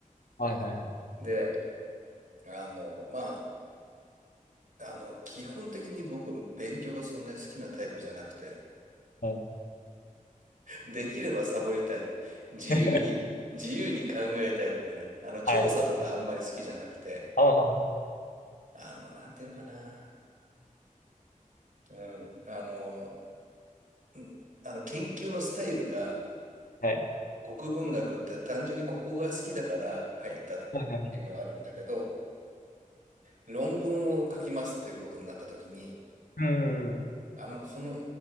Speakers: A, on the left; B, on the right.
A: はいはいはい。
B: で、あの、まあ、あの、基本的に僕、勉強がそんなに好きなタイプじゃなくて、
A: はい。
B: できればサボりたい。自由に、
A: <laughs>
B: 自由に考えたいとかね。あの、調査とかあんまり好きじゃなくて、
A: はい。あ、まあま
B: あの、なんていうのかな。うん。あの、うんあの、研究のスタイルが、
A: あ、はい。
B: 国文学って単純にここが好きだから入ったっていうのはあるんだけど、
A: はいはいはい。
B: 論文を書きますっていうことになった時に、
A: うん。
B: あの、その